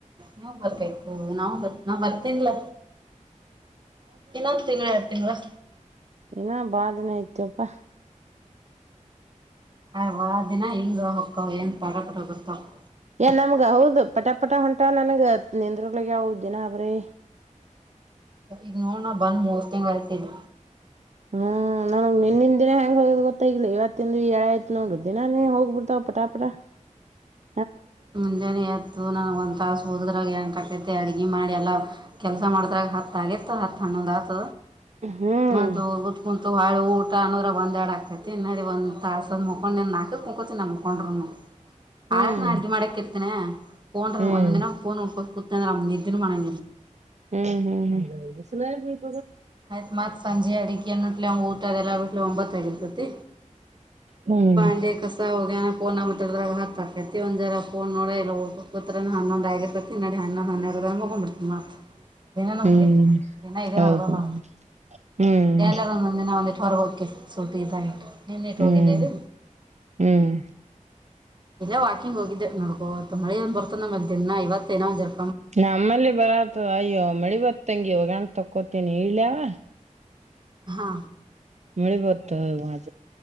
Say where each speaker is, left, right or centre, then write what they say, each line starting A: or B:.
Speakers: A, on the right; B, on the right.
A: ನೀವು ಬರ್ಬೇಕು ನಾವ ಬ ನಾ ಬರ್ತೇನ್ಲ. ಇನ್ನೊಂದ ತಿಂಗಳ ಎಾವಾರ ತಿಂಗಗಳ.
B: ನ ಬಾಾದಿನ ಆಯತಪ್ಪಾ.
A: <unintelligible>
B: ನಮ್ಗ ಹೌದು ಪಟ ಪಟ ಹೊಂಟ ನನ್ಗ ನಿಂದರುಳಿಗೆ ಹಾವದ ದಿನಬ್ರಿ.
A: ಈಗ ನೋಡ್ಣ ಬಂದ್ ಮೂರ್ ತಿಂಗ್ ಆಯ್ತಲ್.
B: ಹ್ಮ್ ನನಗ್ ನಿನ್ನಿನ ದಿನಾ ಹೆಂಗ ಹೋಗೋ್ ಗೊತ್ತಾಗಿಿಲ್ಲ ಇವತ್ತಂದು ಏಾಯ್ತ ನೋಡ್ರ ದಿನಾನೇ ಹೋಗ್ ಬಿಿಡ್ತಾವ್ಪ್ಪಟಾ. <unintelligible>
A: ಮುಂಜಾನೆ ಆಯತು ನನಗ ಒಂತ ತಾಸ ಹೋದ್ರಾಗ ಏ. ತೆ ಅಡುಗೆ ಮಾಡಿ ಎಲ್ಲ ಕೆಲಸ ಮಾಡಿದ್ರಾಗ ಹತ್ತ ಆಗಿತ್ತು ಹ. ದತ
B: ಹ್ಮ್
A: ಮಾಡ. ಹಾ ಊಟ ಅನ್ನೋರ ಒಂದ ಎರಡು ಆಾಕೈತಿ ನಡಿ ಒಂದ್ ತಾಸದ ಮುಕೊಂಡ್ ನಾಕಕ್ ಮುಕತಿ ನ ಮುಕೊಂಡ್ರುನು.
B: ಹ್ಮ್
A: ಆಯರತ್ ನಕ. ತ್ತನೋಂದಂದ
B: ಹ್ಮ್
A: ಕುತ ನಿ.
B: ಹ್ಮ್ ಹ್ಮ್ ಸ್ಲ.
A: ಆಯ್ತ್ ಮತ್ ಸಂಜೆ ಅಡಗೆನ್ನುಟ್ಲೆ ಊಟ ಅದೆಲ್ಲಟ್ ಒಂಬತ್ತ ಆಾಗಿರ್ತತಿ.
B: ಹ್ಮ್ ಹ್ಮ್
A: ಬಾಂಡೆ ಕಸಾ ಹೋಗ ಪೋನ ಮತ್ತ ಹ. ಕತ್ತತಿ ಒಂದ್ರ ೋ ನೋಡ ಇಲ್ಲ ಹನ್ನೊಂದು ರಗತ್ತತಿ ನಡಿ ಹನ್ನೊಂದು ಹನ್ನೆರ ರ ಹೋಗಕೊಂಡ್ ಬಿಡ್ತತಿಿ ಮತ್. ದಿನ ನ
B: ಹ್ಮ್
A: ಮುಗ ದಿನ ಇದೇ
B: ಹೌದು
A: ನದ ನ.
B: ಹ್ಮ್
A: ಎಲ್ಲಾರ ಒಂದೊಂದಿನ ಒಂದಿ ಹೊರಗ ಹೋಗವಿ. ಸವಲ್ಪ ಇದಾಗಿಟು ನೀನ್ನ ಇಟ್ಟು
B: ಹ್ಮ್
A: ಹೋಗಿದ್ದೀವಿ.
B: ಹ್ಮ್
A: ಇಲ್ಲ ವಾಕಿಂಗ್ ಹೋಗಿದ್ದೆ ನೋಡ್ಕೋತ್ ಮಳ ಒಂದ ಬರ್ತದ ನಮ್ಮ ಅಲ್ಲಿ ದಿನ ಇವತ್ತ ನೋ ಜರ್.
B: ನಮ್ಮಲ್ಲಿ ಬರತ ಅಯ್ಯೋ ಮಳಿ ಬತ್ತಂಗಿ ಒೋಗಾಣಕ್ ತಕ್ಕೋತೀನಿ ಇಲಯವ.
A: ಹಾ.
B: ಮಳಿಬತ ಬಾಯ್